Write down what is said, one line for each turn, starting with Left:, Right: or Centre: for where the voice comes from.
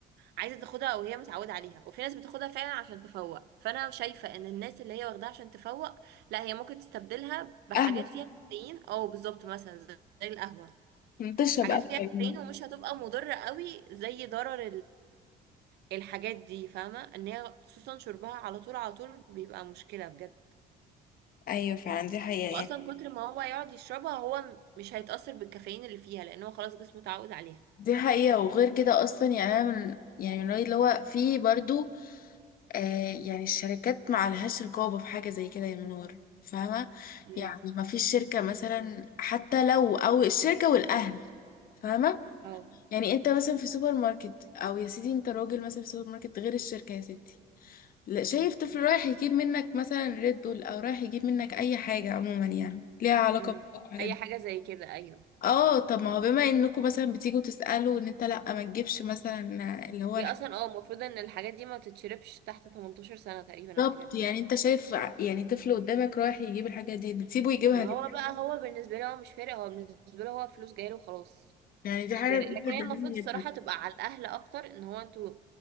Right: عايزه تاخدها او هي متعوده عليها وفي ناس بتاخدها فعلا عشان تفوق فانا شايفه ان الناس اللي هي واخداها عشان تفوق لا هي ممكن تستبدلها بحاجات
Left: قهوة
Right: فيها كافيين اه بالظبط مثلا زي زي القهوه
Left: بتشرب
Right: حاجات
Left: قهوة
Right: فيها
Left: يا
Right: كافيين
Left: جماعة.
Right: ومش هتبقى مضره قوي زي ضرر الحاجات دي فاهمة ان هي خصوصا شربها على طول على طول بيبقى مشكلة بجد
Left: ايوه فعلا دي حقيقة
Right: واصلا
Left: يعني
Right: كتر ما هو يقعد يشربها هو م- مش هيتأثر بالكافيين اللي فيها لان هو خلاص جسمه اتعود عليها
Left: دي حقيقة وغير كده اصلا يعني انا من يعني من رأيي اللي هو في برضو آه يعني الشركات ما عليهاش رقابة في حاجة زي كده يا منور فاهمة
Right: امم
Left: يعني ما فيش شركة مثلا حتى لو أو الشركة والأهل فاهمة
Right: أو
Left: يعني أنت مثلا في سوبر ماركت أو يا سيدي أنت راجل مثلا في سوبر ماركت غير الشركة يا ستي لا شايف طفل رايح يجيب منك مثلا ريد بول أو رايح يجيب منك أي حاجة عموما يعني ليها علاقة
Right: امم
Left: بالحاجات
Right: اي
Left: دي
Right: حاجة زي كده ايوه
Left: اه طب ما هو بما انكم مثلا بتيجوا تسألوا ان انت لا ما تجيبش مثلا اللي هو
Right: هي
Left: الحاجات
Right: اصلا اه المفروض ان الحاجات دي ما تتشربش تحت 18 سنة تقريبا
Left: بالظبط
Right: او حاجات كده
Left: يعني انت شايف ع- يعني طفل قدامك رايح يجيب الحاجة دي بتسيبه يجيبها
Right: ما
Left: ليه
Right: هو بقى هو بالنسبة له هو مش فارق هو بالنسبة له هو فلوس جايله وخلاص
Left: يعني دي
Right: مش
Left: حاجة
Right: فارق
Left: بجد
Right: لكن هي
Left: جميلة
Right: المفروض الصراحة
Left: جدا
Right: تبقى على الأهل أكتر إن هو انتوا